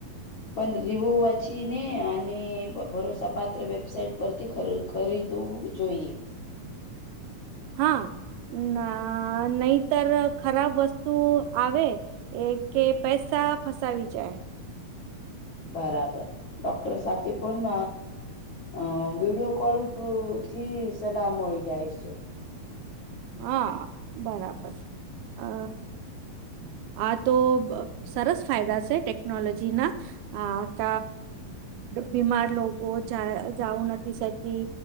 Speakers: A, on the left; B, on the right.
A: પણ રીવુ વાત પછી ને અને ભરોસા પાત્ર વેબસાઇટ પરથી ખરીદવું જોઈએ
B: હા ના નહીતર ખરાબ વસ્તુ આવે એ કે પૈસા ફસાવી જાય
A: બરાબર ડોક્ટર સાથે પણ અ વિડીયો કોલ થી સલાહ મળી જાય છે
B: હા બરાબર અ અ આ તો સરસ ફાયદા છે ટેકનોલોજીના હા ક બીમાર લોકો જાઉ નથી શકી